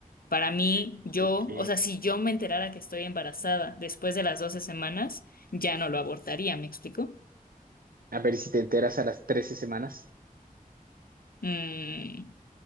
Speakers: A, on the left; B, on the right.
A: Para mí, yo,
B: Ok,
A: o sea, si yo me enterara que estoy embarazada después de las 12 semanas, ya no lo abortaría, ¿me explico?
B: a ver si te enteras a las trece semanas.
A: Mm,